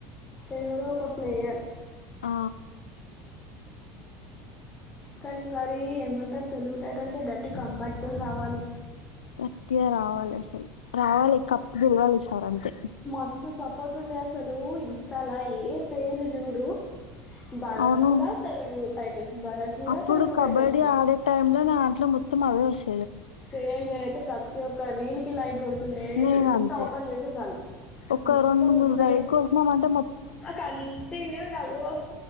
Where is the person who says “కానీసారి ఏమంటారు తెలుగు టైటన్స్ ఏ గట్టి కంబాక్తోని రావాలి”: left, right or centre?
Left